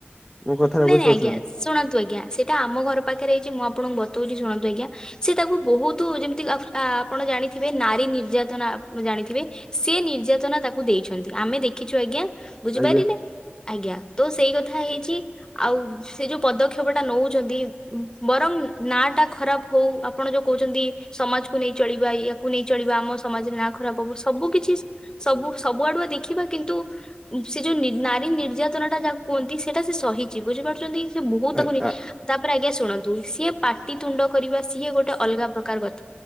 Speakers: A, in the centre; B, on the left (about 20°).
A: ମୋ କଥାଟା
B: ନାଇଁ
A: ବୁଝିପାରୁଛନ୍ତି
B: ନାଇଁ ଆଜ୍ଞା ଶୁଣନ୍ତୁ ଆଜ୍ଞା ସେଟା ଆମ ଘର ପାଖରେ ହେଇଛି ମୁଁ ଆପଣଙ୍କୁ ଵତଉଛି ଶୁଣନ୍ତୁ ଆଜ୍ଞା। ସେ ତାକୁ ବହୁତ ଯେମିତି ଆପଣ ଜାଣିଥିବେ ନାରୀ ନିର୍ଯାତନା ଜାଣିଥିବେ। ସେ ନିର୍ଯାତନା ତାକୁ ଦେଇଛନ୍ତି ଆମେ ଦେଖିଛୁ ଆଜ୍ଞା ବୁଝିପାରିଲେ।
A: ଆଜ୍ଞା।
B: ଆଜ୍ଞା ତୋ ସେଇ କଥା ହେଇଚି। ଆଉ ସେ ଯୋଉ ପଦକ୍ଷେପ ଟା ନଉଛନ୍ତି ବରଂ ନା ଟା ଖରାପ ହଉ ଆପଣ ଯୋଉ କହୁଛନ୍ତି ସମାଜକୁ ନେଇ ଚଳିବା ୟାକୁ ନେଇ ଚଳିବା ଆମ ସମାଜରେ ନାଁ ଖରାପ ହବ ସବୁ କିଛି- ସବୁ ସବୁଆଡୁଆ ଦେଖିବା କିନ୍ତୁ ସେ ଯୋଉ ନି ନାରୀ ନିର୍ଯାତନାଟା ଯାହାକୁ କୁହନ୍ତି ସେଟା ସେ ସହି ବୁଝିପାରୁଛନ୍ତି ସେ ମୁହୁଁ
A: ଆଜ୍ଞା
B: ତାକୁନି ତାପରେ ଆଜ୍ଞା ଶୁଣନ୍ତୁ ସିଏ ପା ପାଟି ତୁଣ୍ଡ କରିବା ସିଏ ଗୋଟେ ଅଲଗା ପ୍ରକାର କ